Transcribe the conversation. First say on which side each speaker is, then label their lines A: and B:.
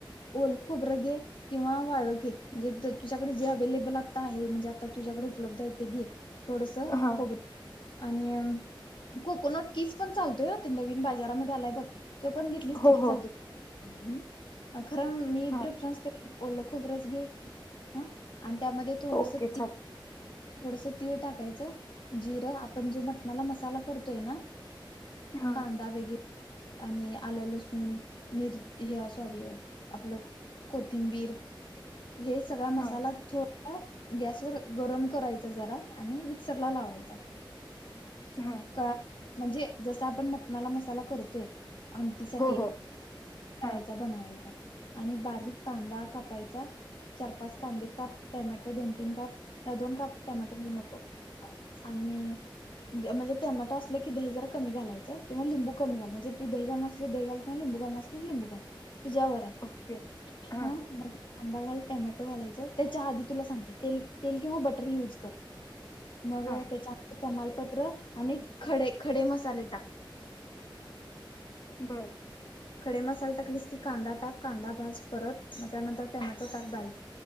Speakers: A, on the left; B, on the left.
A: ओल खोबरं घे किंवा वाळेल घे म्हणजे तुझकडे जे अवेलेबल अ त आहे म्हणजे आत तुझ्याकडे उपलब्ध आहे ते घे थोडस
B: हां
A: खोबर आणि कोकोनट कीस पण चालतोय ना ते नवीन बाजारामध्ये आलाय बघ तो पण घेतलीस
B: हो
A: तरी चालतो
B: हो
A: हम्म अग. खरं मी
B: हां
A: प्रेफरन्स कर ओलं खोबरच घे की ह आणि त्यामध्ये थोडस
B: ओके
A: ती
B: चालेल
A: थोडस तीळ टाकायचं जिरं आपण जो मटणाला मसाला करतोय ना
B: हां
A: कांदा वगैरे आणि आलं लसूण मिर सॉरी आपलं कोथिंबीर हे सगळा मसाला
B: हां
A: थो गॅस वर गरम करायचा जरा आणि मिक्सर ला लावायचा
B: हा.
A: कळा म्हणजे जस आपण मटणाला मसाला करतोय आमटीसाठी
B: हो हो
A: करायचा
B: हां
A: बनवायचा. आणि बारीक कांदा कापायचा चार पाच कांदे काप टमॅटो दोन तीन काप दोन काप टॅमॅटो दोन काप आणि म्हणजे टोमट असलं की दही जरा कमी घलायं किं लिंबू कमी घाल म्हणे तू दही घलसले दही घल किंवा लंबू घल नसले लिंबू घाल तुझ्यावर आहे
B: ओके हां
A: हा मग. कांदा घाल टोमॅटो घालायचं त्याच्या आधी तुला सांगते ते तेल किंवा बटर युज कर मग
B: हां
A: तेचा तमालपत्र आणि खडे खडे मसाले टाक.
B: बरं.
A: खडे मसाल टकलीस की कांदा टाक कांदा भज परत मग त्यानंतर टमॅटो टाक बारी